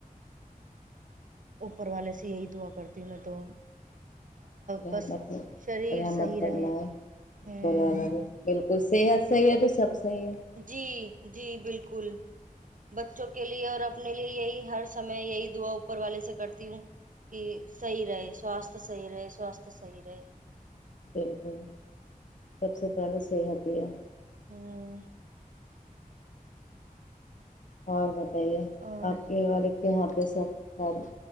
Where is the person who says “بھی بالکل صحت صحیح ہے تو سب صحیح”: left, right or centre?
Left